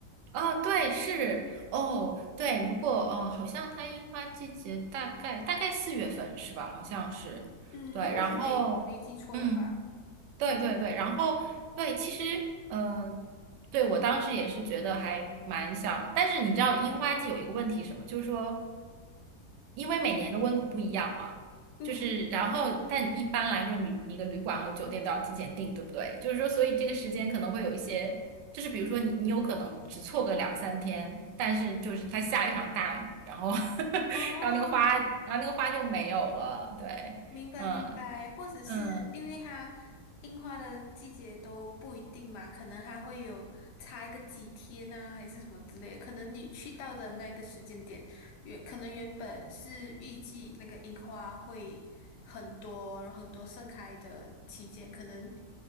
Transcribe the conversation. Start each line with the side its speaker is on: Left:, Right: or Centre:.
Right: 哦，对，是哦，对，如果嗯、呃好像它樱花季节大概大概四月份是吧？好像是，
Left: 嗯，
Right: 对，
Left: 如果是没没记错的话，
Right: 然后嗯。对对对，
Left: 对，
Right: 然后对，其实嗯、呃对我当时也是觉得还蛮想，但是你知道樱花季有一个问题是什么，就是说，因为每年的温度不一样嘛，
Left: 嗯，
Right: 就是然后但一般来说你你的旅馆和酒店都要提前订，对不对？就是说，所以这个时间可能会有一些，就是比如说你你有可能只错个两三天，但是就是它下一场大雨，然后 <laughs>
Left: 哦，
Right: 然后那个花，然后那个花就没有了，对，
Left: 明白明白，
Right: 嗯。
Left: 或者是因为它樱花的季节都不一定嘛，
Right: 嗯，
Left: 可能还会有差一个几天啊，还是什么之类的。可能你去到的那个时间点，原可能原本是预计那个樱花会很多，然后很多盛开的期间，可能